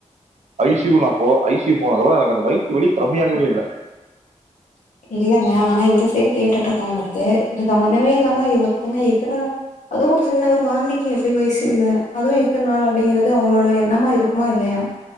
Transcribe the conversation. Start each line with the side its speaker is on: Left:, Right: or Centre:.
Right: ஐசியூனா போ ஐசியயூ போனக்க எனக்கு அந்த வைத்திய வழலி கம்மையாகவே இல்லை
Left: இல்ங்க ஆனா இந்த சைடு கேட்டுட்டு இருக்காங்களுக்கு ஒரு சம்ம்பந்தமே இல்லாம இ ஒருத்தங்க எத்தனைள் அதுவும் ஒரு சின்ன ஒரு வாந்திக்கு எப்படி ஐசியூ இல்ல அதுவும் எத்தனை நாள் அப்படிங்கறிறது அவங்களோட எண்ணமா இருக்குமா இல்லையா